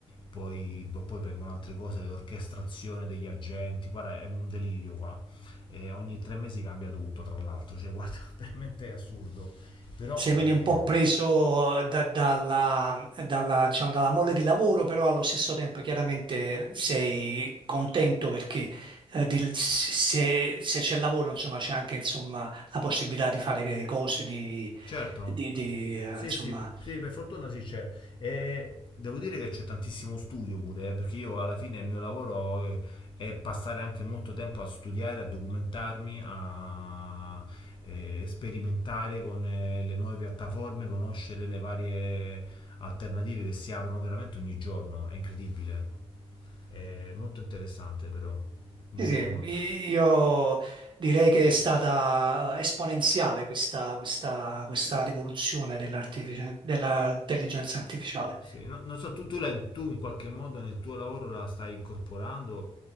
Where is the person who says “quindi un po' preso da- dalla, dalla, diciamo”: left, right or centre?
Right